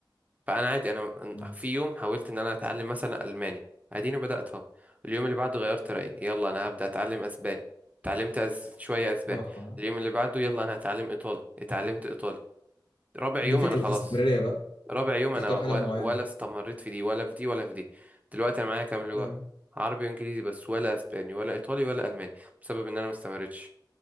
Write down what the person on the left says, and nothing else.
مم.
آه
دي
فكرة
الاستمرارية بقى
تختار
حاجة معينة
فعلا